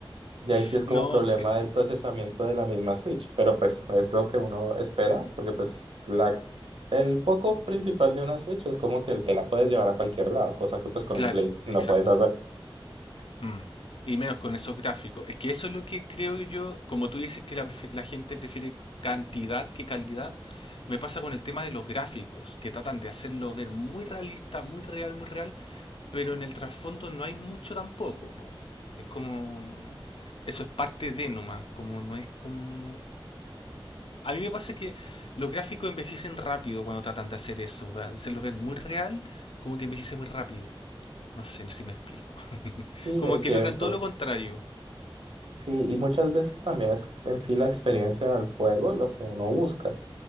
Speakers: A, on the right; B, on the left.
A: ya ahí
B: <laughs>
A: sí es
B: no,
A: como problema del procesamiento de la misma Switch, pero pues es lo que uno espera, porque pues la, el foco principal de una Switch es como que te la puedes llevar a cualquier lado, cosa que pues con
B: claro,
A: un Play no
B: exacto.
A: puedes hacer.
B: Mm. Y menos con esos gráficos. Es que eso es lo que creo yo, como tú dices que la, prefi- la gente prefiere cantidad que calidad, me pasa con el tema de los gráficos, que tratan de hacerlo ver muy realista, muy real, muy real, pero en el trasfondo no hay mucho tampoco, po. Es como... Eso es parte de nomás, como no es como... A mí me pasa que los gráficos envejecen rápido cuando tratan de hacer eso, ¿verdad? de hacerlo ver muy real, como que envejece muy rápido. No sé si me explico. <laughs>
A: Y
B: Como
A: es
B: que
A: cierto,
B: logran todo lo contrario.
A: sí, y muchas veces también es en sí la experiencia del juego lo que uno busca.